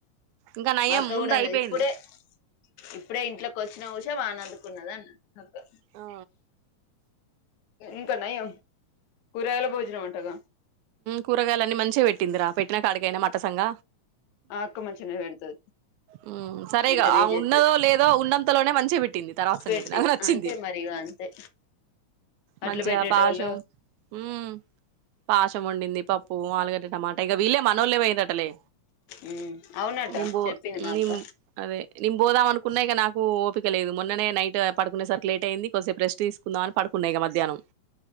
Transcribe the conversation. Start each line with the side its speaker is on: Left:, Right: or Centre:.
Right: ఇంకా నయం
Left: మాక్క
Right: ముందు
Left: కూడా అన్నది
Right: అయిపోయింది
Left: ఇప్పుడే ఇప్పుడే ఇంట్లోకి వచ్చిన ఉస వాన డుకున్నదన్న అంతే
Right: ఆ
Left: ఇంకా నయం కూరగాయలా భోజనం అంటగా
Right: కూరగాయల అన్నీ మంచిగా పెట్టిందిరా పెట్టినాక ఆడికి పోయిన మట్టసంగ
Left: ఆ అక్క మంచిగనే పెడుతది
Right: ఉ సరేగా
Left: మంచిగానే చేస్తది
Right: ఉన్నదో లేదో ఉన్నంతలోనే మంచిగ పెట్టింది తర్వాత సంగతి
Left: పెట్టి
Right: నాకు నచ్చింది
Left: అంతే మరి ఇగ అంతే అట్ల
Right: మంచిగా
Left: పెట్టేటోళ్ళు
Right: పాశం మ్మ్ పాశం వండింది పప్పు ఆలుగడ్డ టమాటా ఇక వీళ్లేే మనోళ్లేపోయిరటలే
Left: ఉమ్ అవునట
Right: నేను బొ
Left: చెప్పింది మా
Right: నిం
Left: అక్క
Right: దే నేను పోదాం అనుకున్నా ఇక నాకు ఓపిక లేదు మొన్ననే నైట్ పడుకునేసరికి లేట్ అయింది కొద్సేపు రెస్ట్ తీసుకుందాం అని పడుకు ఇక మధ్యానం